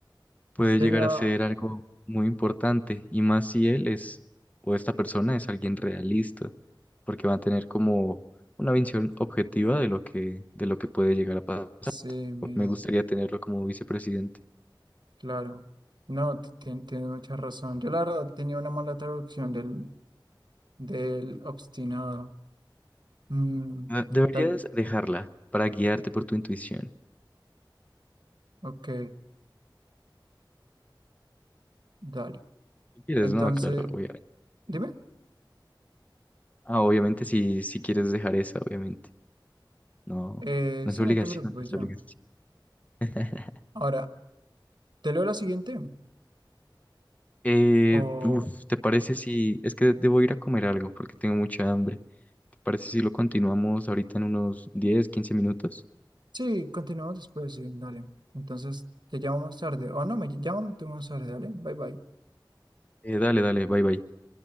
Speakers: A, on the left (about 15°); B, on the right (about 65°).
A: puede
B: Tenía.
A: llegar a ser algo muy importante, y más si él es, o esta persona es alguien realista, porque va a tener como una visión objetiva de lo que, de lo que puede llegar a pasar.
B: Sí, mira,
A: Me gustaría tenerlo como vicepresidente.
B: claro. No, ti- ti- tienes mucha razón. Yo la verdad tenía una mala traducción del, del obstinado. Mm,
A: Ah, Deberías
B: tal.
A: dejarla para guiarte por tu intuición.
B: Ok, dale.
A: Si quieres,
B: Entonces,
A: no, claro, obviamente.
B: dime.
A: Ah, obviamente si, si quieres dejar esa, obviamente. No,
B: Eh,
A: no
B: sí,
A: es obligación,
B: no te preocupes
A: no es
B: ya.
A: obligación. <laughs>
B: Ahora, ¿te leo la siguiente?
A: Eh,
B: O.
A: uf, ¿te parece si... Es que debo ir a comer algo porque tengo mucha hambre. ¿Te parece si lo continuamos ahorita en unos 10 15 minutos?
B: Sí, continuamos después, sí, dale. Entonces, te llamo más tarde. O no, me llamo tú más tarde, dale. Bye bye.
A: Eh, dale, dale, bye bye.